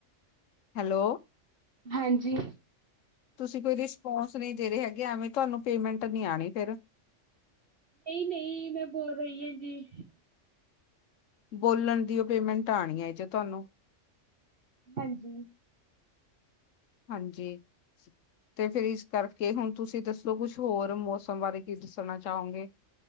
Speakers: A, on the left; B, on the right.
A: ਹੈਲੋ।
B: ਹਾਂਜੀ।
A: ਤੁਸੀਂ ਕੋਈ ਰਿਸਪੋਂਸ ਨਹੀਂ ਦੇ ਰਹੇ ਹੈਗੇ ਐਵੇਂ ਤੁਹਾਨੂੰ ਪੇਮੈਂਟ ਨੀ ਆਣੀ ਫਿਰ।
B: ਨਹੀਂ-ਨਹੀਂ ਮੈਂ ਬੋਲ ਰਹੀ ਆ ਜੀ।
A: ਬੋਲਣ ਦੀ ਉਹ ਪੇਮੈਂਟ ਆਣੀ ਐ 'ਚ' ਤੁਹਾਨੂੰ।
B: ਹਾਂਜੀ।
A: ਹਾਂਜੀ। ਤੇ ਫੇਰ ਇਸ ਕਰਕੇ ਹੁਣ ਤੁਸੀਂ ਦੱਸੋ, ਕੁਛ ਹੋਰ ਮੌਸਮ ਬਾਰੇ ਕੀ ਦੱਸਣਾ ਚਾਹੋਗੇ।